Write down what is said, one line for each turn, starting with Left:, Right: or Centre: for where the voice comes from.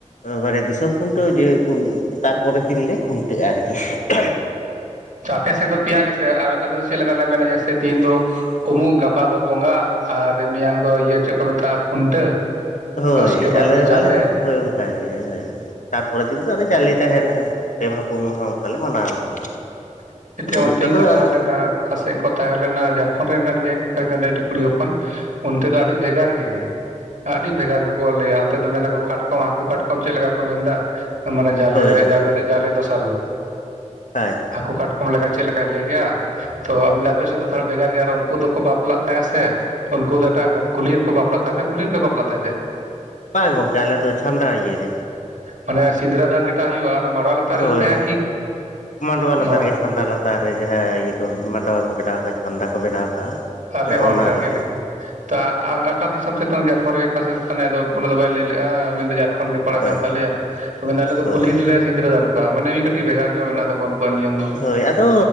Left: ᱢᱟᱱᱮ ᱫᱤᱥᱚᱢ ᱠᱷᱩᱱᱴᱟᱹᱣ ᱡᱮ ᱠᱚ ᱛᱟᱨᱯᱚᱨᱮᱨ ᱫᱤᱱ ᱞᱮ ᱠᱷᱩᱼᱼ ᱱᱤᱛᱚᱜ ᱟᱨᱠᱤ <unintelligible>
Right: ᱟᱯᱮ ᱥᱮᱫ ᱫᱚ ᱯᱮᱭᱟ ᱜᱮᱥᱮ <unintelligible> ᱟᱞᱮ ᱪᱮᱫ ᱞᱮᱠᱟᱞᱮ ᱢᱮᱱᱟ ᱡᱮᱭᱥᱮ ᱛᱤᱦᱤᱱ ᱫᱚ ᱩᱢᱩᱜ ᱜᱟᱯᱟ ᱫᱚ ᱵᱚᱸᱜᱟ ᱟᱨ ᱢᱮᱭᱟᱝ ᱫᱚ ᱤᱭᱟᱹ ᱪᱮᱫ ᱠᱚ ᱢᱮᱛᱟᱜᱼᱟ ᱠᱷᱩᱱᱴᱟᱹᱣ
Left: ᱦᱳᱭ
Right: ᱩᱥᱠᱮ ᱵᱟᱫ
Left: ᱟᱞᱮ
Right: ᱫᱚ ᱡᱟᱞᱮ
Left: ᱟᱞᱮ ᱦᱚᱸ <unintelligible> ᱚᱱᱠᱟᱜᱮ <unintelligible> ᱦᱳᱭ ᱛᱟᱨᱯᱚᱨᱮᱨ ᱫᱤᱱ ᱫᱚ ᱟᱫᱚ ᱡᱟᱞᱮ ᱛᱟᱦᱮᱱᱟ ᱟᱨᱠᱤ ᱯᱮ ᱢᱟᱦᱟᱸ ᱯᱩᱱ ᱢᱟᱦᱟᱸ ᱚᱱᱠᱟᱞᱮ ᱢᱟᱱᱟᱣ ᱜᱮᱭᱟ
Right: <unintelligible>
Left: ᱩᱱᱟᱹᱜᱴᱟ
Right: ᱚᱱᱛᱮᱧ
Left: ᱫᱚ
Right: ᱠᱟᱛᱷᱟ
Left: ᱟᱨᱠᱤ
Right: ᱞᱮᱱᱟ ᱚᱠᱟ ᱥᱮᱫ ᱠᱚ ᱛᱟᱦᱮᱸ ᱞᱮᱱᱟ ᱡᱷᱟᱲᱠᱷᱚᱸᱰ ᱨᱮᱱ ᱠᱟᱱ ᱜᱮᱭᱟ <unintelligible> ᱠᱩᱲᱤ ᱦᱚᱯᱚᱱ ᱚᱱᱛᱮ ᱫᱚ ᱟᱹᱰᱤ ᱵᱷᱮᱜᱟᱨ ᱜᱮ ᱟᱹᱰᱤ ᱵᱷᱮᱜᱟᱨ <unintelligible> ᱞᱟᱹᱭᱟ ᱚᱱᱛᱮ ᱫᱚ ᱢᱮᱱᱟ ᱠᱚ ᱠᱟᱴᱠᱚᱢ ᱦᱟᱹᱠᱩ ᱠᱟᱴᱠᱚᱢ ᱪᱮᱫ ᱞᱮᱠᱟ ᱠᱚ ᱢᱮᱱᱫᱟ ᱢᱟᱱᱮ ᱡᱟᱞᱮ
Left: ᱦᱳᱭ ᱦᱳᱭ
Right: ᱡᱟᱞᱮ ᱡᱟᱞᱮ ᱫᱚᱥᱟᱨ ᱫᱚ
Left: ᱟᱪᱷᱟᱼᱼ
Right: ᱦᱟᱹᱠᱩ ᱠᱟᱴᱠᱚᱢ ᱞᱮ ᱞᱮᱠᱟᱡ ᱪᱮᱫ ᱞᱮᱠᱟᱭ ᱞᱟᱹᱭ ᱠᱮᱭᱟ ᱛᱚ ᱢᱮᱱ ᱟᱯᱮ ᱥᱮᱫ ᱫᱚ ᱛᱷᱚᱲᱟ ᱵᱷᱮᱜᱟᱨ ᱜᱮᱭᱟ ᱟᱨ ᱩᱱᱠᱩ ᱫᱚᱠᱚ ᱵᱟᱯᱞᱟᱜ ᱛᱟᱦᱮᱸᱟ ᱥᱮ ᱩᱱᱠᱩ ᱫᱚ ᱮᱴᱟᱜ ᱠᱚ ᱠᱩᱞᱦᱤ ᱨᱮᱠᱚ ᱵᱟᱯᱞᱟᱜ ᱛᱟᱦᱮ ᱟᱯᱮ ᱦᱚᱸ ᱠᱩᱞᱦᱤ ᱨᱮᱯᱮ ᱵᱟᱯᱞᱟᱜ ᱛᱟᱦᱮᱸ ᱪᱮᱫ
Left: ᱵᱟᱝ ᱜᱚᱢᱠᱮ ᱟᱞᱮ ᱫᱚ ᱪᱷᱟᱢᱰᱟ ᱤᱭᱟᱹ ᱨᱮ
Right: ᱢᱟᱱᱮ ᱥᱤᱸᱽᱨᱟᱹᱫᱟᱱ ᱡᱮᱴᱟ ᱦᱩᱭᱩᱜᱳᱜᱼᱟ ᱚᱱᱟ ᱢᱟᱰᱣᱟ ᱞᱟᱛᱟᱨᱮ
Left: ᱦᱳᱭ
Right: ᱦᱩᱭᱩᱜ ᱛᱟᱦᱮᱸᱜᱼᱟ ᱠᱤ
Left: ᱢᱟᱰᱣᱟ ᱞᱟᱛᱟᱨ
Right: ᱢᱚᱲᱟ
Left: ᱨᱮᱜᱮ ᱪᱷᱟᱢᱰᱟ ᱞᱟᱛᱟᱨ ᱨᱮ ᱡᱟᱦᱟᱸ ᱤᱭᱟᱹ ᱠᱚ ᱢᱟᱰᱣᱟ ᱠᱚ ᱵᱮᱱᱟᱣ ᱠᱟᱜᱼᱟ ᱪᱷᱟᱢᱰᱟ ᱠᱚ ᱵᱮᱱᱟᱣ ᱠᱟᱜᱼᱟ
Right: ᱟᱞᱮ
Left: ᱦᱮᱸ ᱚᱱᱟ
Right: ᱦᱚᱸ ᱚᱱᱠᱟ
Left: ᱨᱮᱜᱮ
Right: ᱜᱮ ᱞᱮᱼᱼ ᱛᱟ ᱟᱠᱟ ᱫᱤᱥᱚᱢ ᱥᱮᱫ ᱫᱚ ᱡᱷᱟᱲᱠᱷᱚᱸᱰ ᱜᱮ ᱚᱠᱟᱥᱮᱫ ᱠᱟᱱᱟᱭᱫᱚ ᱩᱱᱤ ᱫᱚ ᱵᱟᱭ ᱞᱟᱹᱭ ᱞᱮᱫᱼᱟ ᱢᱮᱱᱫᱚ ᱡᱷᱟᱲᱠᱷᱚᱸᱰ ᱜᱮ ᱯᱟᱲᱟᱜ
Left: ᱦᱳᱭ
Right: ᱠᱟᱱ ᱛᱟᱞᱮᱭᱟ ᱛᱚᱵᱮ ᱟᱞᱮ ᱫᱚ
Left: ᱦᱳᱭ
Right: ᱠᱩᱞᱦᱤ ᱨᱮᱞᱮ ᱥᱤᱸᱤᱫᱨᱟᱹ ᱫᱟᱱ ᱠᱚᱣᱟ ᱢᱟᱱᱮ ᱢᱤᱫ ᱠᱟᱹᱴᱤᱡ ᱵᱷᱮᱜᱟᱨ ᱧᱚᱜ ᱢᱮᱱᱟᱜ ᱛᱟᱠᱚᱣᱟ ᱩᱱᱠᱩᱣᱟᱜ ᱱᱤᱭᱚᱢ ᱫᱚ
Left: ᱦᱳᱭ ᱟ ᱛᱚ